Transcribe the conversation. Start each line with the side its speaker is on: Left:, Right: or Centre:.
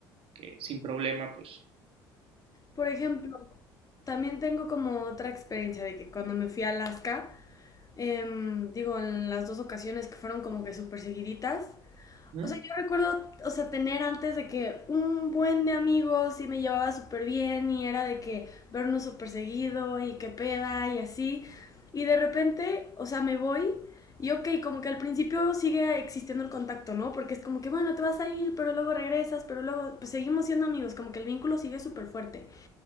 Right: que sin problema, pues...
Left: Por ejemplo, también tengo como otra experiencia de que cuando me fui a Alaska, em, digo, en las dos ocasiones que fueron como que súper seguiditas,
Right: ¿Mm?
Left: O sea, yo recuerdo, o sea, tener antes de que un buen de amigos y me llevaba súper bien y era de que vernos súper seguido y qué peda y así. Y de repente, o sea, me voy y ok, como que al principio sigue existiendo el contacto, ¿no? Porque es como que, bueno, te vas a ir, pero luego regresas, pero luego, pues seguimos siendo amigos, como que el vínculo sigue súper fuerte.